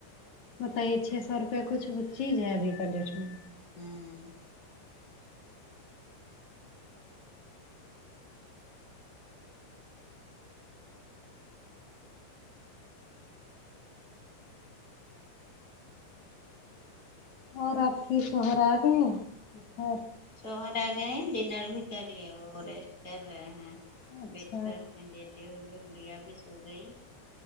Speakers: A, on the left; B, on the left.
A: بتائیے چھ سو روپے کچھ چیز ہے ابھی کل ریٹ میں
B: ہوں
A: اور آپ کے شوہر اگئے ہیں اور
B: شوہر آ گئے ہیں ڈنر بھی کر لیا وہ ریسٹ کر رہے ہیں
A: اچھا
B: بیٹھ پر لیتے ہوئے گڑیا بھی سو گئی